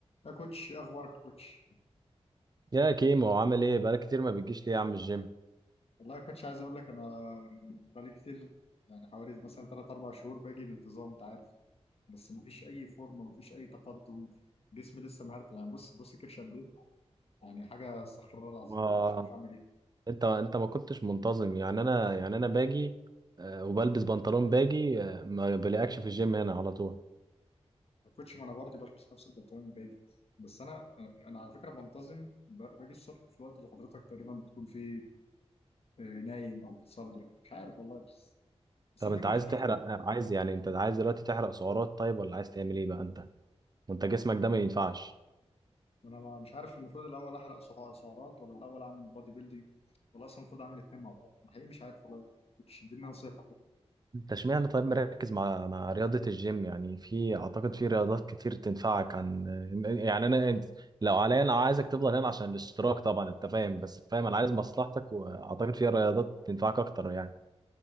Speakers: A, on the left; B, on the right.
A: يا كوتش إيه اخبارك يا كوتش
B: يا كيمو عامل ايه بقالك كتير ما بتجيش ليه يا عم الجيم
A: والله يا كوتش عايز اقول لك انا بقالي كتير يعني حوالي مثلا 3 4 شهور باجي بانتظام انت عارف بس مفيش اي فورمه مفيش اي تقدم جسمي لسه مهرت يعني بص بص كرش قد ايه يعني حاجه استغفر الله العظيم
B: ما
A: مش عارف اعمل ايه
B: انت انت ما كنتش منتظم يعني انا يعني انا باجي آه، وبلبس بنطلون باجي آه، ما بلاقيكش في الجيم هنا على طول
A: يا كوتش ما انا برضه بلبس نفس البنطلون باجي بس انا انا على فكره بنتظم ب- باجي الصبح في الوقت اللي حضرتك تقريبا بتكون فيه آه، نايم او بتصلي أو مش عارف والله بس بس
B: طب
A: انا
B: انت
A: باجي
B: عايز
A: كتير
B: تحرق آه، عايز يعني انت عايز دلوقتي تحرق سعرات طيب ولا عايز تعمل ايه بقى انت وانت جسمك ده ما ينفعش
A: انا ما- مش عارف المفروض الاول احرق سع- سعرات ولا الاول اعمل بودي بيلدينج ولا اصلا المفروض اعمل الاثنين مع بعض أنا حقيقي مش عارف والله كوتش اديني نصيحه كده
B: انت اشمعنى طيب مركز مع مع رياضة الجيم يعني في اعتقد في رياضات كتير تنفعك عن يعني انا انت لو عليا انا عايزك تفضل هنا عشان الاشتراك طبعا انت فاهم بس فاهم انا عايز مصلحتك واعتقد في رياضات تنفعك اكتر يعني